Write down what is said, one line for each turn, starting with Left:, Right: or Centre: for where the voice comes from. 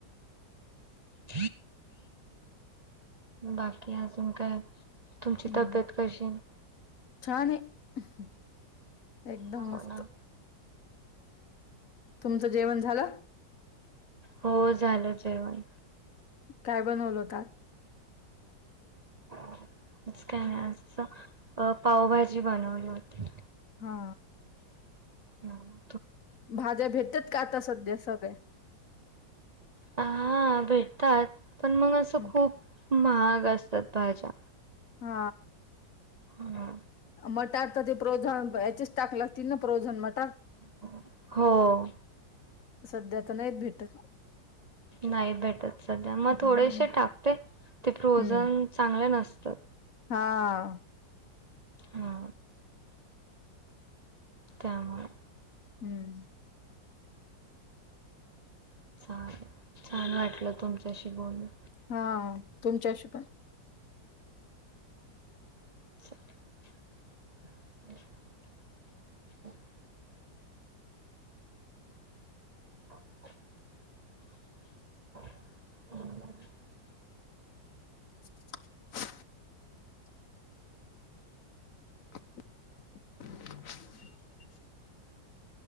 Right: <inaudible> बाकी अजून काय? तुमची
Left: हम्म,
Right: तब्येत कशी आहे?
Left: छान आहे एकदम
Right: हो
Left: मस्त.
Right: ना
Left: तुमचं जेवण झालं?
Right: हो झालचं आहे बघा.
Left: काय बनवल होता?
Right: आज काय नाही असं अ पावभाजी बनवली होती.
Left: हा.
Right: हम्म.
Left: भाज्या भेटतात का? आत्ता सध्या सगळ्या.
Right: हा हा भेटतात पण मग असं
Left: हं.
Right: खूप महाग असतात भाज्या
Left: हा.
Right: हो का.
Left: मटार तर ते फ्रोझन याचीच टाक लागतील ना फ्रोझन मट
Right: <inaudible> हो.
Left: सध्या तर नाहीत भेटत.
Right: नाही भेटत सध्या मग
Left: हम्म
Right: थोडेसे टाकते. ते फ्रोझन
Left: हम्म
Right: चांगले नसतं.
Left: हा.
Right: हा. कामं
Left: हम्म.
Right: छान, छान वाटलं तुमच्याशी बोलून.
Left: हो तुमच्याशी पण
Right: चालेल. <inaudible> <inaudible> <inaudible>
Left: <inaudible> <inaudible>